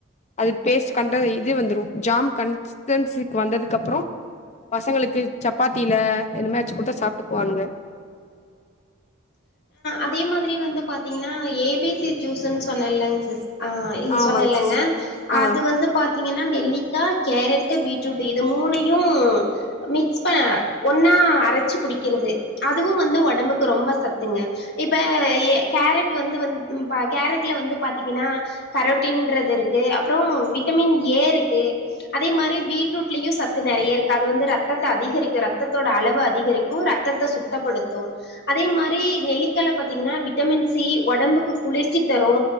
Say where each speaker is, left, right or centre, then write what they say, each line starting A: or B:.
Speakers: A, on the left; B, on the left.
A: அது பேஸ் கண்டத இது வந்துரு ஜாம் கன்ஸ்டன்சிக்கு வந்ததுக்கு அப்றோ பசங்களுக்கு சப்பாத்தில இந்த மேர் வச்சு குடுத்தா சாப்பிட்டுக்குவானுங்க
B: அதே மாதிரி வந்து பாத்தீங்கன்னா ஏ பி சி ஜூஸ்ன்னு சொன்னேலங் சிஸ் ஆ இ
A: ஆமாங்க
B: சொன்னல்லங்க
A: சிஸ்டர் ஆ
B: அது வந்து பா த்தீங்கன்னா நெல்லிக்கா கேரட்டு பீட்ரூட் இது மூணையு மிக்ஸ் ப ஒன்னா அரச்சு குடிக்கிறது அதுவு வந்து ஒடம்புக் கு ரொம்ப சத்துங்க இப்ப எ கேரட் வந்து வந்து ப கேரட்ல வந்து பாத்தீங்கன்னா கரோட்டின்றது இருக்கு அப்புறம் விட்டமின் ஏ ருக்கு அதே மாரி பீட்ரூட்லயு சத்து நெறைய இருக்கு அது வந்து ரத்தத்த அதிகரிக்கு ரத்ததோட அளவ அதிகரிக் கு ரத்தத்த சுத்தப்படுத்து அதே மாரி நெல்லிக்கால்ல பாத்தீங்கன்னா விட்டமின் சி ஒடம்புக்கு குளிர்ச்சி தரு